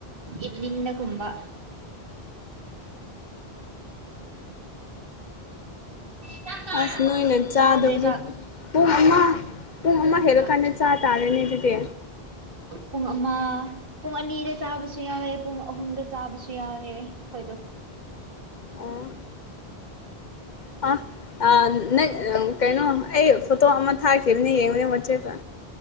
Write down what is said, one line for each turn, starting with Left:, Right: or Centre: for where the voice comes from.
Right: ꯏꯚꯅꯤꯡꯅ ꯀꯨꯝꯕ ꯆꯥꯛ ꯆꯥꯔꯕꯣ
Left: ꯑꯁ ꯅꯣꯏꯅ ꯆꯥꯗꯕꯅꯤ
Right: ꯆꯥꯗ꯭ꯔꯤ ꯆꯥꯛ
Left: ꯑꯣ ꯃꯃꯥ ꯄꯨꯡ
Right: ꯊꯣꯡꯗ꯭ꯔꯤꯕ
Left: ꯑꯃ ꯍꯦꯔꯣ ꯈꯥꯟꯅꯦ ꯆ ꯇ ꯑꯂꯅꯦ ꯇꯦ
Right: ꯄꯨꯡ ꯑꯃ ꯄꯨꯡ ꯑꯅꯤꯗ ꯆꯥꯕꯁꯨ ꯌꯥꯎꯋꯦ ꯄꯨꯡ ꯑꯍꯨꯝꯗ ꯆꯥꯕꯁꯨ ꯌꯥꯎꯑꯦ ꯑꯩꯈꯣꯏꯗꯣ
Left: ꯑꯣ ꯑ ꯑ ꯅꯪ ꯀꯩꯅꯣ ꯑꯩ ꯐꯣꯇꯣ ꯑꯃ ꯊꯥꯈꯤꯕꯅꯦ ꯌꯦꯡꯉꯅꯦꯆꯦꯗ